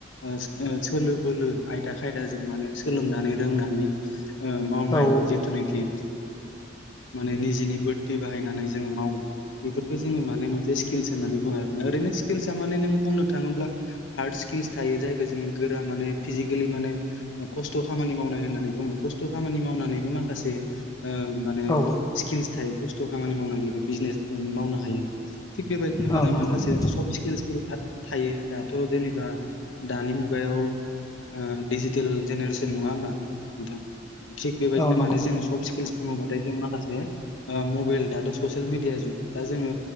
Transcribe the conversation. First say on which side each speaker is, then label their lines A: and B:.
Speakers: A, on the left; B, on the left.
A: ओ सो ओ सोलो बोलो आयदा खायदा जों माने सोलोंनानै रोंनानै ओ मावनाय
B: औ
A: जेथुनाखि माने नि जिनि बोद्दि बाहायनानै जोङो मावो। बेफोरखो जोङो माने मोनसे स्किल्स होननानै बुङो आरोना ओरैनो स्किल्सा माने नोङो बुंनो थाङोब्ला हारस किल्स थायो जायखो जोङो गोरा माने फिजिकेलि माने खस्थ' खामानि मावनाय होननानै बुङो खस्थ' खाम मानि मावनानैबो माखासे ओ माने
B: औ
A: स्किल्स थायो खस्थ' खामानि मावनानैबो बिजनेस बो मावनो हायो थिग बेबायदिनो
B: औ
A: माने
B: नंगौ
A: माखासे
B: नंगौ
A: सफ स्किल्सफोरबो थायो दाथ' जेनेबा दानि मुगायाव ओ डिजिटेल जेनेरेसोन नङा होमबा नोंथां थिग बेबायदिनो
B: औ नंगौ
A: माने जोङो सफ स्किल्स बुङोबाथाय जों माखासे ओ मबेल दाथ' स'सेल मिडिया जुग दा जोङो